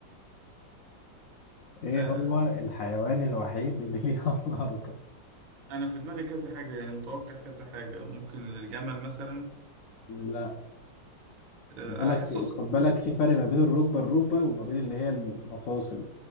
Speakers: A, on the left (about 85°); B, on the right (about 70°).
A: ايه
B: آه
A: هو الحيوان الوحيد اللي ليه اربع ركب
B: انا في دماغي كذا حاجة يعني متوقع كذا حاجة ممكن الجمل مثلا
A: لا
B: آه،
A: خد بالك
B: انا حاسس وصلت
A: خد بالك في فرق ما بين الركبه الركبه وما بين اللي هي المفاصل